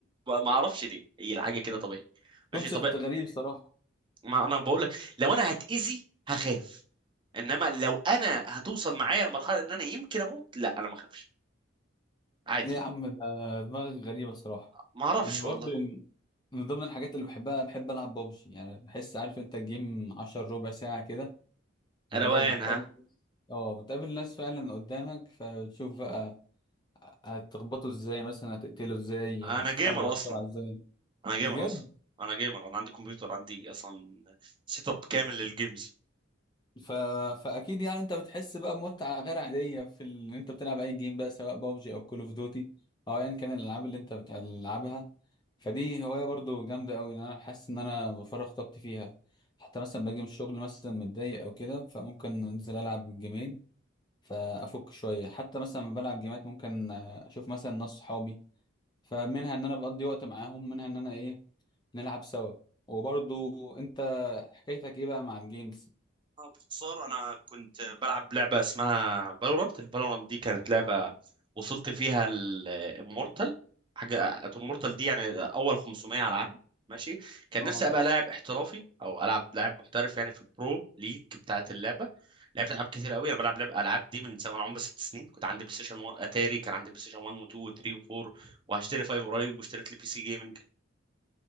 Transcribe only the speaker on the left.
كونسبت
غريب صراحة
ايه يا عم ده دماغك غريبة صراحة
ان
برضه من ضمن الحاجات اللي بحبها بحب العب بابجي يعني بحس عارف انت الجيم 10 ربع ساعة كده واللي
هو بتقابل
اه بتقابل ناس فعلا قدامك فبتشوف بقى هتخبطه ازاي مثلا هتقتله ازاي
هتتحرك
بسرعة
ازاي
بجد
ف... فاكيد يعني انت بتحس بقى بمتعه غير عاديه في ال- ان انت بتلعب اي جيم بقى سواء بابجي او كول اوف دوتي او ايا كان الالعاب اللي انت بتلعبها فدي هوايه برضو جامده قوي ان انا حاسس ان انا بفرغ طاقتي فيها حتى مثلا باجي من الشغل مثلا متضايق او كده فممكن انزل العب جيمين فافك شويه حتى مثلا لما بلعب جيمات ممكن آه، اشوف مثلا ناس صحابي فمنها ان انا بقضي وقت معاهم منها ان انا ايه نلعب سوا وبرضو انت حكايتك ايه بقى مع الجيمز
اه